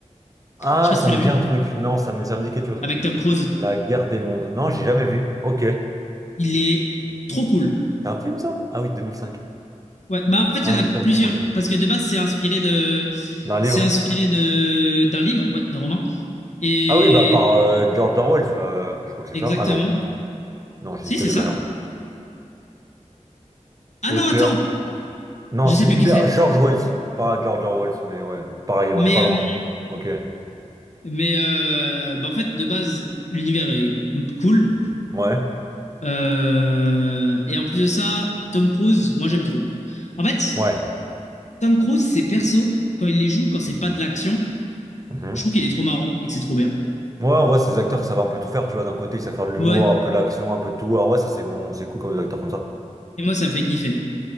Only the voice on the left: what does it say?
Je sais pas
si tu
l'as vu,
avec Tom Cruise.
Il est trop cool.
Ouais, bah, en fait,
il y en
a plusieurs,
parce que de base, c'est inspiré de,
c'est inspiré de, d'un livre, ouais, d'un roman. Et,
exactement.
Si,
c'est
ça.
Ah
non, attends,
je
sais plus
qui c'est.
Mais
euh,
Mais euh, bah, en fait, de base, l'univers est cool.
Euh, et en plus de ça, Tom Cruise, moi j'aime trop. En fait,
Tom Cruise, ses persos, quand il les joue, quand c'est pas de l'action,
je trouve qu'il est trop marrant et que c'est trop bien.
Ouais.
Et moi, ça me fait kiffer.